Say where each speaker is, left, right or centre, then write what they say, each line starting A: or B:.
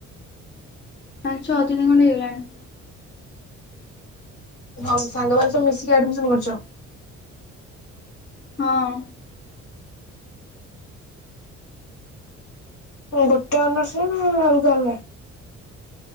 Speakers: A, on the left; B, on the left.
A: ପାଞ୍ଚ ଛ ଦିନି ଖଣ୍ଡେ ହେଇଗଲାଣି।
B: ଆଉ ସାଙ୍ଗମାନେ ସବୁ ମିଶିକି ଆଡମିସନ କରିଛ।
A: ହଁ।
B: ଗୋଟେ ଅନର୍ସ ନା ଅଲଗା ଅଲଗା?